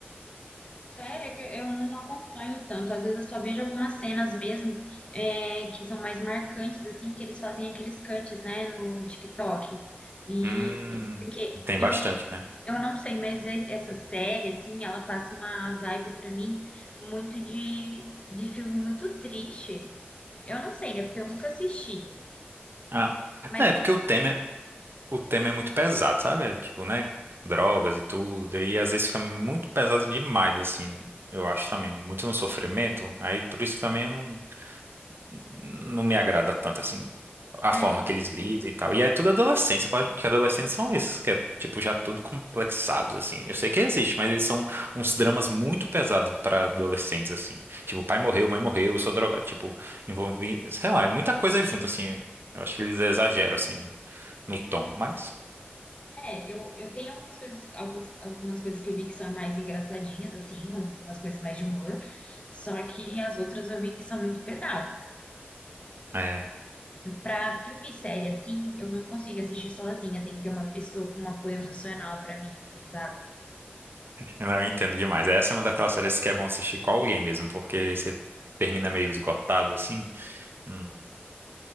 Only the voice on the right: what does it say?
Hum,
tem
bastante,
né?
Ah,
é,
porque o tema, é- o tema é muito pesado, sabe? É, Tipo, né? Drogas e tudo, e às vezes fica muito pesado demais, assim, eu acho também, muito no sofrimento, aí por isso também eu não não me agrada tanto assim a
forma que eles lidam e tal. E é tudo adolescente. Você fala, gente, que adolescentes são esses, que é tipo já tudo complexados assim. Eu sei que existe, mas eles são uns dramas muito pesados pra adolescentes assim. Tipo, pai morreu, mãe morreu, eu sou drogado, tipo, envolvi, sei lá, é muita coisa junto assim. Eu acho que eles exageram assim no, no tom, mas
é,
eu não entendo demais. Essa é uma daquelas séries que é bom assistir com alguém mesmo, porque você termina meio esgotado assim. Hum.